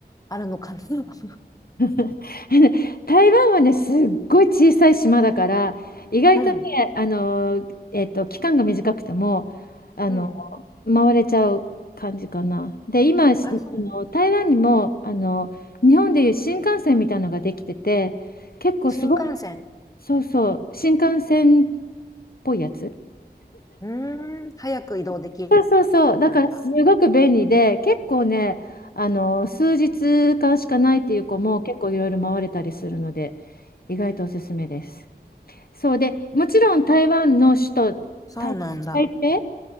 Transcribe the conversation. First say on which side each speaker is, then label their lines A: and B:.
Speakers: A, on the left; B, on the left.
A: あるのかな <laughs>
B: <laughs> あの台湾はね、すっごい小さい島だから、意外とね、
A: うん、
B: あの、えっと、期間が短くても、あの、
A: うん。
B: 回れちゃう感じかな。で、今、しあの、
A: あ、そう。
B: 台湾にも、あの、日本でいう新幹線みたいなのができてて、結構すごい、
A: 新幹線。
B: そうそう、新幹線っぽいやつ。
A: うーん、早く移動でき
B: そうそうそう。だからすごく便利で、
A: るんだ。
B: 結構ね、あの、数日間しかないっていう子も結構いろいろ回れたりするので、
A: うん
B: 意外とおすすめです。そうで、もちろん台湾の首都、
A: そうなんだ。
B: 台、台北、